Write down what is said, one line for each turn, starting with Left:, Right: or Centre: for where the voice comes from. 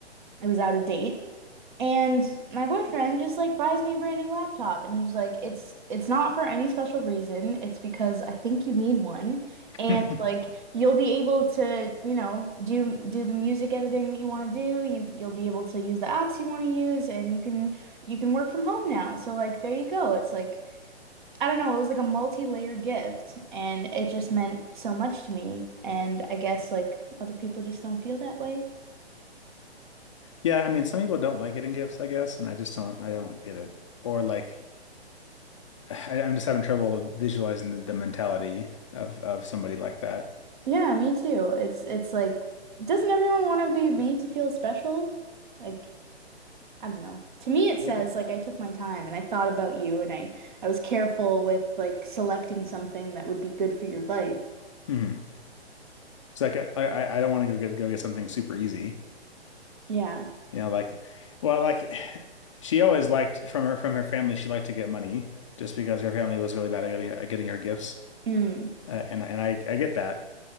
Right: it was out of date. And my boyfriend just like buys me a brand new laptop and he's like it's it's not for any special reason. It's because I think you need one
Left: <laughs>
Right: and like you'll be able to, you know, do do the music editing that you want to do. You you'll be able to use the apps you want to use and you can you can work from home now. So like there you go. It's like I don't know, it was like a multi-layer gift and it just meant so much to me and I guess like other people just don't feel that way.
Left: Yeah, I mean, some people don't like getting gifts, I guess, and I just don't, I don't get it. Or like, <sighs> I, I'm just having trouble visualizing the, the mentality of of somebody like that.
Right: Yeah, me too. It's it's like, doesn't everyone want to be made to feel special? Like, I don't know. To me, it says
Left: Maybe.
Right: like I took my time and I thought about you and I I was careful with like selecting something that would be good for your life.
Left: hmm It's like I, I I don't want to go get go get something super easy,
Right: Yeah.
Left: you know, like, well, like <sighs> she always liked from her from her family, she liked to get money just because her family was really bad at getting at getting her gifts,
Right: Mm.
Left: uh, and and I I get that,